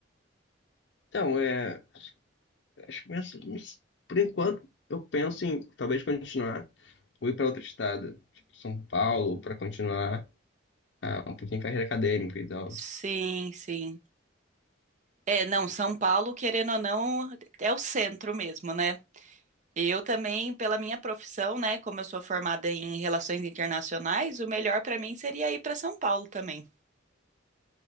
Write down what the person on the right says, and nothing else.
Sim, sim. É, não, São Paulo, querendo ou não, é o centro mesmo, né? Eu também, pela minha profissão, né, como eu sou formada em relações internacionais, o melhor pra mim seria ir pra São Paulo também.